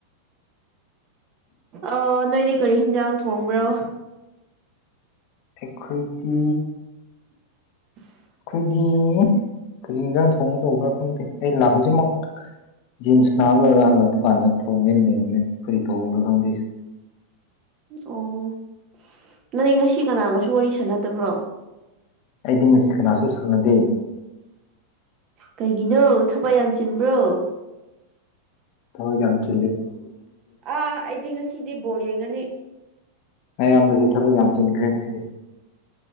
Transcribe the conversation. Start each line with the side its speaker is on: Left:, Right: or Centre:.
Right: ꯑ ꯅꯣꯏꯗꯤ ꯀꯔꯤ ꯍꯤꯟꯖꯥꯡ ꯊꯣꯡꯕ꯭ꯔꯣ
Left: ꯑꯩꯈꯣꯏꯗꯤ
Right: <unintelligible>
Left: ꯑꯩꯈꯣꯏꯗꯤ ꯀꯤꯡꯖꯥꯡ ꯊꯣꯡꯕ ꯇꯧꯕ꯭ꯔꯥ ꯈꯪꯗꯦ ꯑꯩ ꯂꯥꯛ ꯍꯧꯖꯤꯛꯃꯛ ꯖꯤꯝꯁ ꯅꯥꯔ ꯂꯣꯏꯔꯒ ꯍꯜꯂꯛꯄ ꯀꯥꯟꯗ ꯊꯣꯡꯒꯦꯅ ꯂꯩꯔꯝꯃꯦ ꯀꯔꯤ ꯊꯣꯡꯕ꯭ꯔꯥ ꯈꯪꯗꯦꯁ
Right: ꯑꯣ ꯅꯪꯅꯦ ꯉꯁꯤ ꯀꯅꯥꯒꯁꯨ ꯋꯥꯔꯤ ꯁꯥꯟꯅꯗꯕ꯭ꯔꯣ
Left: ꯑꯩꯗꯤ ꯃꯁꯤꯁꯤ ꯀꯅꯥꯁꯨ ꯁꯪꯉꯗꯦ
Right: ꯀꯩꯒꯤꯅꯣ ꯊꯕꯏ ꯌꯥꯝ ꯆꯤꯟꯕ꯭ꯔꯣ
Left: ꯊ ꯍꯣꯏ ꯇ
Right: ꯑꯥ ꯑꯩꯗꯤ ꯉꯁꯤꯗꯤ ꯕꯣꯔ ꯌꯦꯡꯒꯅꯤ
Left: ꯑꯌꯥꯝꯕꯁꯤ ꯊꯕꯛ ꯌꯥꯝ ꯆꯤꯟꯈ꯭ꯔꯦ ꯉꯁꯤꯗꯤ